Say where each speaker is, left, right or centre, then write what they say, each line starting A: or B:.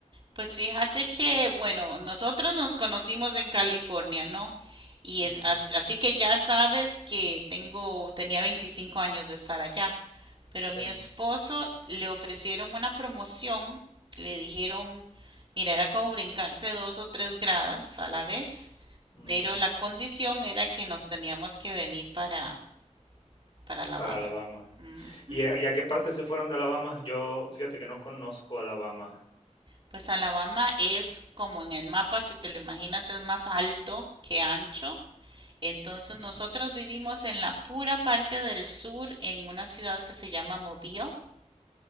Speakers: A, on the right; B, on the left.
A: Pues fíjate que, bueno, nosotros nos conocimos en California, ¿no? Y
B: Ujú,
A: el- as- así que ya sabes que tengo, tenía 25 años de estar allá. Pero
B: Sí,
A: mi esposo le ofrecieron una promoción, le dijeron, mira, era como brincarse dos o tres gradas a la vez,
B: mm,
A: pero la condición era que nos teníamos que venir para, para Alabama.
B: para Alabama.
A: Ujú.
B: ¿Y a, y a qué parte se fueron de Alabama? Yo, fíjate que no conozco Alabama.
A: Pues Alabama es como en el mapa, si te lo imaginas, es más alto que ancho Entonces
B: Ujú.
A: nosotros vivimos en la pura parte del sur, en una ciudad que se llama Mobile,